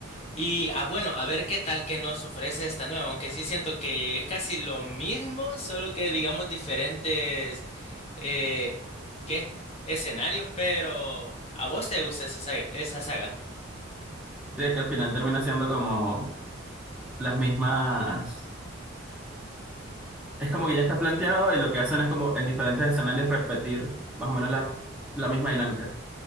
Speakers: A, on the left (about 30°); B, in the centre.
A: Y ah, bueno, a ver qué tal que nos ofrece esta nueva, aunque sí siento que es casi lo mismo, solo que digamos diferentes eh, ¿qué? escenarios, pero ¿a vos te gusta esa saga? Esa saga?
B: sí, es que al final termina siendo como las mismas, es como que ya está planteado y lo que hacen es como en diferentes escenarios repetir más o menos la, la misma dinámica.